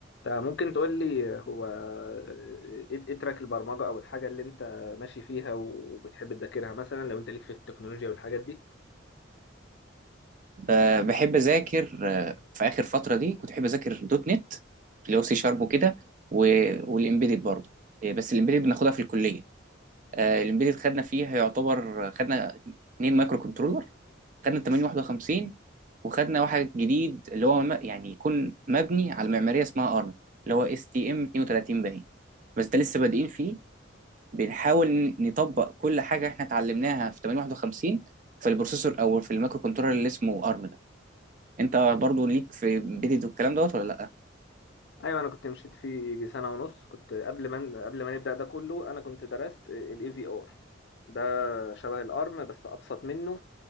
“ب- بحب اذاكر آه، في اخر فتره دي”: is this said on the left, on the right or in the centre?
Right